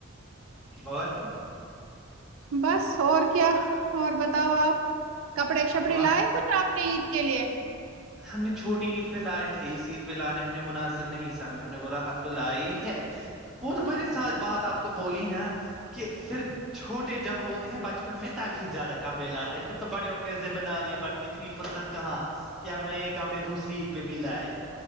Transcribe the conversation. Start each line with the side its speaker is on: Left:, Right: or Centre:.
Centre: اور
Right: بس اور کیا اور بتاؤ آپ کپڑے شپڑے
Centre: وہاں
Right: لائے
Centre: سے
Right: کچھ آپ نے کے لیے
Centre: ہم نے چھوٹی عید پہ لائے تھے اس عید پہ لانے ہم نے مناسب نہیں سمجھا ہم نے بولا آپ تو لائی ہی ہے وہ تو مے ساتھ بات آپ کو بولی نا کہ پھر چھوٹے جب ہوتے ہیں بچپن میں تب ہی زیادہ کپڑے لاتے ہیں پھر تو بڑے ہو کے ذمہ داریاں ب تتری پرساد کہاں ب نہیں کپےسے فری پہ بھی لائے